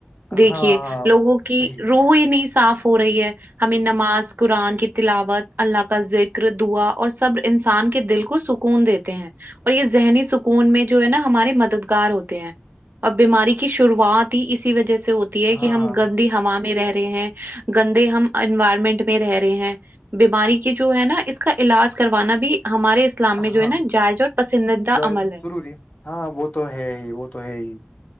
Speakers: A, on the left; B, on the right.
A: ہاں
B: دیکھیے
A: ہاں
B: لوگوں کی
A: صحیح
B: روح ہی نہیں صاف ہو رہی ہے ہمیں نماز قرآن کی تلاوت اللہ کا ذکر دعا اور سب انسان کے دل کو سکون دیتے ہیں اور یہ ذہنی سکون میں جو ہے نا ہمارے مددگار ہوتے ہیں اب بیماری کی شروعات ہی اسی وجہ سے ہوتی ہے
A: ہاں
B: کہ ہم گندی ہوا میں رہ رہے ہیں گندے ہم انوائرمنٹ میں رہ رہے ہیں بیماری کے جو ہے نا اس کا علاج کروانا بھی ہمارے اسلام میں
A: ہاں
B: جو ہے نا جائز اور پسندیدہ
A: جو
B: عمل ہے
A: ضروری ہاں وہ تو ہے ہی وہ تو ہے ہی